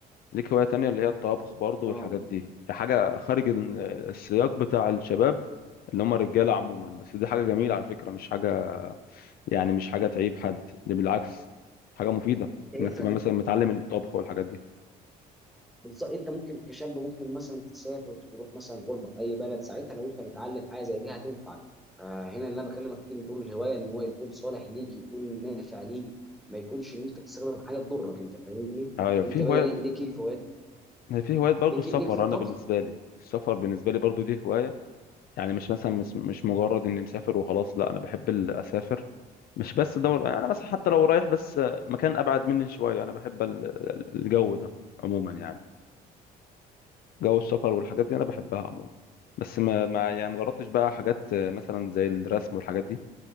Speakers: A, on the left; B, in the centre.
A: ليك هوايه تانية اللي هي الطبخ برضو
B: اه
A: والحاجات دي دي حاجه خارج ال- السياق بتاع الشباب اللي هم الرجاله عموما بس دي حاجه جميله على فكره مش حاجه يعني مش حاجه تعيب حد دي بالعكس حاجه مفيده
B: شايفها
A: انك تبقى
B: ان
A: مثلا متعلم الطبخ والحاجات دي
B: بالظبط انت ممكن كشاب ممكن مثلا تسافر تروح مثلا غربه في اي بلد ساعتها لو انت متعلم حاجه زي دي هتنفعك فهنا اللي انا بكلمك فيه ان دور الهوايه ان هو يكون صالح ليك يكون نافع ليك ما يكونش ان انت تستخدم حاجه تضرك انت فاهمني
A: ايوه
B: انت
A: في
B: بقى
A: هوايه
B: ليه- ليك ايه في هوايات
A: في هوايه برضو
B: ليك
A: السفر
B: ليك في الطبخ
A: انا بالنسبه لي السفر بالنسبه لي برضو دي هوايه يعني مش مثلا مش مش مجرد اني مسافر وخلاص لا انا بحب ال- اسافر مش بس دول انا مثلا حتى لو رايح بس مكان ابعد مني شويه انا بحب ال- ال- الجو ده عموما يعني جو السفر والحاجات دي انا بحبها عموما بس ما, ما يعني مجربتش بقى حاجات مثلا زي الرسم والحاجات دي